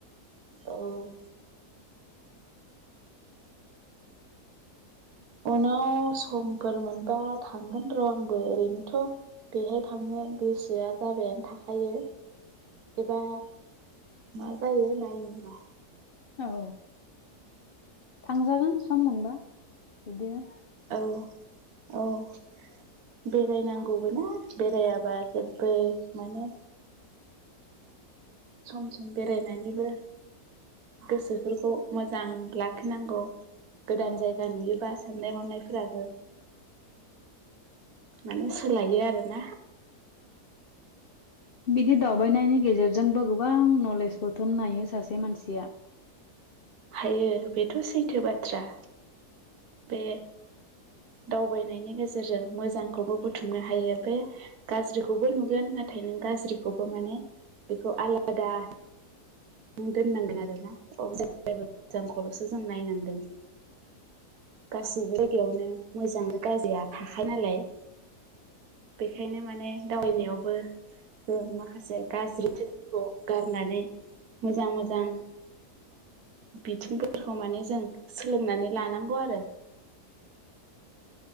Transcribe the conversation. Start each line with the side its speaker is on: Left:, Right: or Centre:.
Right: औ उनाव समफोर मोनबा थांगोन र' आंबो ओरैनोथ' बेहाय थांनो गोसोआ जाबायानो थाखायो एबार मा जायो नायनिर'
Left: औ थांजागोन सम मोनबा बिब्दिनो
Right: औ औ बेरायनांगौबोना बेरायाबा जेबबो माने सम सम बेरायनानैबो गोसोफोरखौ मोजां लाखिनांगौ गोदान
Left: औ
Right: जायगा नुयोबा साननाय-हनायफोराबो माने सोलायो आरोना
Left: बिदि दावबायनायनि गेजेरजोंबो गोबां नलेज बुथुम नायो सासे मानसिया
Right: हायो बेथ' सैथो बाथ्रा बे दावबायनायनि गेजेरजों मोजांखौबो बुथुमनो हायो बे गाज्रिखौबो नुगोन नाथाय नों गाज्रिखौबो माने बेखौ आलादा नों दोननांगोन आरोना अ जेब्लायबो मोजांखौल'सो जों नायनांगोन गासैबो जायगायावनो मोजां गाज्रिया थाखायो नालाय
Left: <inaudible>
Right: बेखायनो माने दावबायनायावबो जों माखासे गाज्रि बिथिंफोरखौ गारनानै मोजां मोजां बिथिंफोरखौ माने जों सोलोंनानै लानांगौ आरो